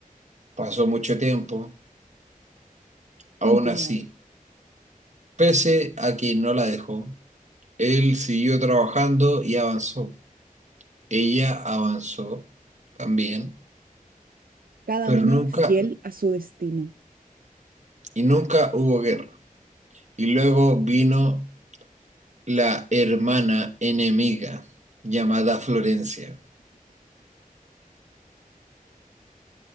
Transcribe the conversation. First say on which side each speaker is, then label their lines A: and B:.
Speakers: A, on the right; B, on the right.
A: pasó mucho tiempo, aún
B: Continúa.
A: así Pese a que no la dejó, él siguió trabajando y avanzó. Ella avanzó también,
B: Cada
A: pero
B: uno
A: nunca
B: fiel a su destino.
A: y nunca hubo guerra. Y luego vino la hermana enemiga llamada Florencia.